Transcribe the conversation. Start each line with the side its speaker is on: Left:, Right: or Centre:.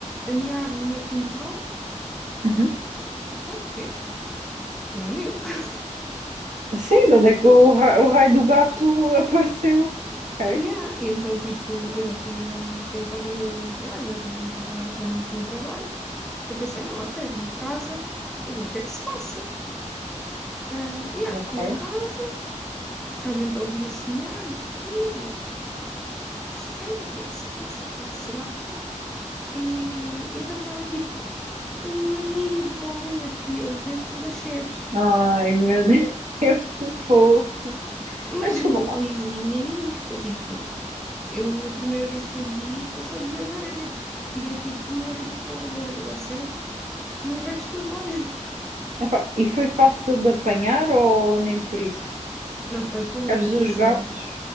Centre: a miar no meu quintal.
Right: uhum.
Centre: Fiquei tipo, what the fuck, né? Não é meu. <laughs>
Right: Sim, de onde é que o, ra- o raio do gato apareceu? Ok,
Centre: Yeah. E então, tipo, eu já tinha, ainda estava no, no trabalho, mas já não estava, já não tinha trabalho. Então eu pensei, não, ok, vou a casa, vou ver o que é que se passa. Ah, yeah,
Right: ok.
Centre: fui a casa realmente ouvia semear, não sei o quê, e eu, o que é é isto? Que estranho, o que é que se passa, o que é que será? E então estava tipo uma mini bolinha de pelo dentro das sebes,
Right: Ai, meu Deus, <laughs> que fofo.
Centre: mas
Right: Mas desculpa
Centre: uma
Right: lá.
Centre: coisinha minúscula, tipo, eu a primeira vez que a vi, eu só vi as orelhas, eu tinha tipo uma orelha fora da, da sebe e o resto tudo lá dentro.
Right: Epá, e foi fácil de apanhar ou nem por isso?
Centre: Não, foi, foi
Right: Porque
Centre: um grande
Right: às vezes
Centre: pincel,
Right: os gatos.